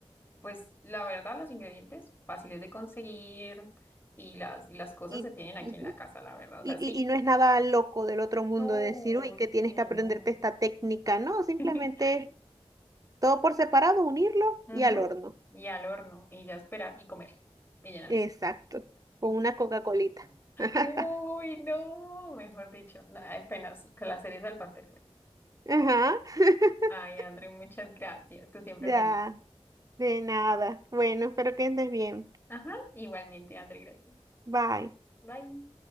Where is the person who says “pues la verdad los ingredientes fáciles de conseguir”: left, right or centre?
Left